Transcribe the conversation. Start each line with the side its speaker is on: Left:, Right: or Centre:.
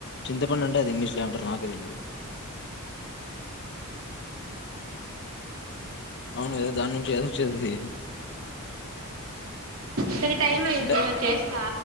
Left: చింతపండు అంటే అది ఇంగ్లీష్ మంటారు నాకే తెలిదు అవునుదా దాని నుంచి చేది
Right: సరే టైం అయింది
Left: అంటే
Right: ఉండు చేస్తా